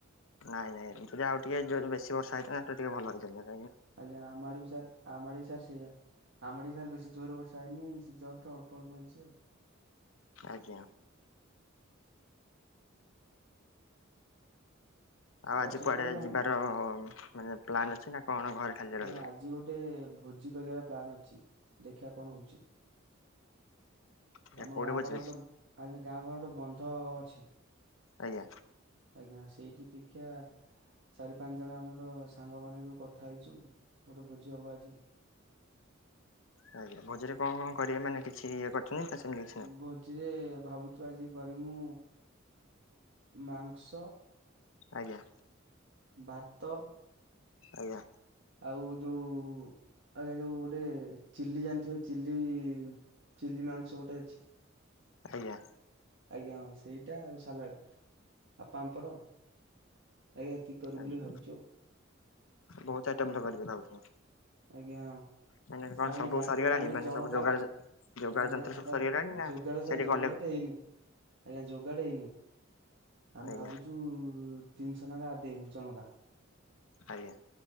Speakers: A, on the left (about 75°); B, on the right (about 65°).
A: ନାଇଁ ନାଇ ଯଦି ଆଉ ଟିକେ ଜୋର ବେଶୀ ବର୍ଷା ହେଇଥାନ୍ତା ଟିକେ ଭଲହଇ ଥାନ୍ତ।
B: ଆଜ୍ଞା ଆମଆଡେ ସାର୍ ଆମ ଆଡେ ବି ସାର୍ ସେଇଆ। ଆମ୍ବାଡି ସାର ବେଶୀ ଜୋରରେ ବର୍ଷା ହେଇନି ଜଷ୍ଟ ଅ୍ପ ଅଳ୍ପ ହେଇଛି ଆଉ
A: ଆଜ୍ଞା ଆଉ
B: ଏ ଗଛ
A: ଆଜି କୁଆଡେ
B: ଫଛ ସବୁ ହାଣି
A: ଯିବାର ମାନେ ପ୍ଲନ୍ ଅଛି ନା କଣ ଘରେ ଖାଲି
B: ଆଜ୍ଞା
A: ରହିବେ।
B: ଆଜି ଗୋଟେ ଭୋଜି କରିବାର ପ୍ଲାନ ଅଛି ଦେଖିବା କଣ ହଉଛି।
A: ଆଜ୍ଞା
B: ଆମ
A: କୋଉଠି
B: ଗାଁ
A: ଭୋଜି
B: ପାଖରେ
A: ଅଛି?
B: ଗୋଟେ ଆମ ଗାଁ ପାଖରେ ଗୋଟେ ବନ୍ଧ ଅଛି।
A: ଆଜ୍ଞା
B: ଆଜ୍ଞା ସେଇଠି ଦେଖିବା ଚାରି ପାଞ୍ଚ ଜଣ ଆମର ସାଙ୍ଗ ମ ସବୁ କଥା ହେଇଛୁ ଗୋଟେ ଭୋଜି ହବ ଆଜି।
A: ଆଜ୍ଞ ଭୋଜରେ କଣ କଣ କରିବେ ମାନେ କିଛି ଇଏ <unintelligible>
B: ଭୋଜିରେ ଭାବୁଛୁ ଆଜି କରିମୁ ମାଂସ।
A: ଆଜ୍ଞା।
B: ଭାତ।
A: ଆଜ୍ଞା
B: ଆଉ ଯୋଉ ଆଜ୍ଞା ଯୋଉ ଗୋଟେ ଚିଲି ଜାଣିଥିବ ଚିଲି। ଚ-ଚିଲି ମାଂସ ଗୋଟେ ଅଛି।
A: ଆଜ୍ଞା
B: ଆଜ୍ଞା ହଁ ସେଇଟା ଆଉ ସାଲାଡ। ଆ ପାମ୍ପଡ଼, ଆଜ୍ଞା ଏତିକି କରବି
A: ଆଜ୍ଞା
B: ବୋଲି ଭାବିଛୁ।
A: ବହୁତ ଆଇଟମ <inaudible>
B: ଆଜ୍ଞା ହଁ
A: ମାନେ କଣ
B: ସାର୍ ଆମେ
A: ସବୁ
B: ଜାଣି
A: ସରିଗଲାଣି
B: ଆମେ
A: ମାନେ
B: ଜଣକା
A: ସବୁ ଯୋଗାଡ଼ ଯୋଗାଡ଼
B: ଆଜ୍ଞା
A: ଯନ୍ତ୍ର ସବୁ
B: ସାର୍
A: ସରିଗଲାଣି ନା
B: ଯୋଗାଡ ସାର୍
A: ସେଠି
B: ଯୋଗାଡ
A: ଗଲେ
B: ତ ହେଇନି ଆଜ୍ଞା ଯୋଗାଡ ହେଇନି। ଆମେ
A: ଆଜ୍ଞା
B: ଭାବୁଛୁ ତିନିଶହ ଲାକା ଦେବୁ ଜଣକା।
A: ଆଜ୍ଞା